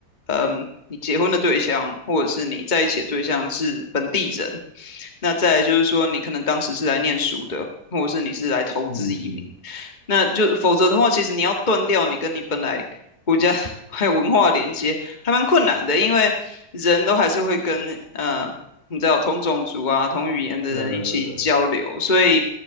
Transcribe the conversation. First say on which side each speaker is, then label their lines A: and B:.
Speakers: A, on the left (about 25°); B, on the left (about 85°).
A: 嗯，你结婚的对象或者是你在一起的对象是本地人，那再来就是说你可能当时是来念书的，或者是你是来投资移民，
B: 嗯嗯嗯，
A: 那就否则的话，其实你要断掉你跟你本来国家 <laughs> 还有文化的连接，还蛮困难的，因为人都还是会跟呃，你知道同种族啊、同语言的人一起交流，
B: 对对对，对
A: 所以